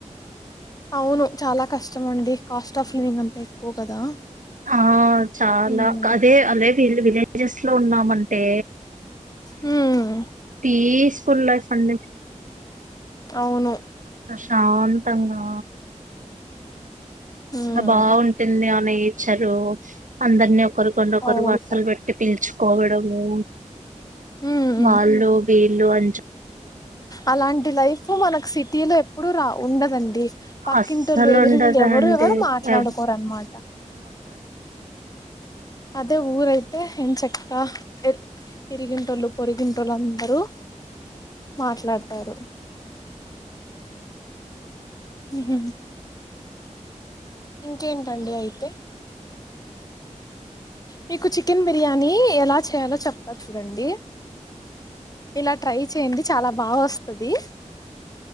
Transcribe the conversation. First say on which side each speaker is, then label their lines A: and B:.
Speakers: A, on the left; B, on the right.
A: అవును చాలా కష్టం అండి కాస్ట్ ఆఫ్ లివింగ్ అంతా ఎక్కువ కదా
B: ఆ చాలా
A: హ్మ్
B: అదే అదే విలు వి జెస్ లో ఉన్నామంటే
A: హ్మ్
B: పీస్ ఫుల్ లైఫ్ అండి
A: అవును
B: శాంతంగా
A: హ్మ్
B: చాలా బాగుంటుంది అ నేచరు అందరిని ఒకరికొండొకరు
A: అవును
B: వరుసలు పెట్టి పిల్చుకోవడము
A: హ్మ్
B: వాళ్ళు వీళ్ళు అ
A: అలాంటి లైఫ్ మనకు సిటీ లో ఎప్పుడు రా ఉండదండి పక్కింటోల్లు
B: అస్సలు
A: ఎదురిలు
B: ఉండదండి
A: ఎవరు ఎవరు మాట్లాడుకోరునమాట
B: ఎవ అ
A: అదే ఊరైతే ఎం చక్క ఎ ఇరిగింటోల్లు పొరిగింటోల్లు అందరూ మాట్లాడతారు హ ఇంకేంటండి అయితే మీకు చికెన్ బిర్యానీ ఎలా చేయాలో చెప్తా చూడండి ఇలా ట్రై చేయండి చాలా బాగా వస్తది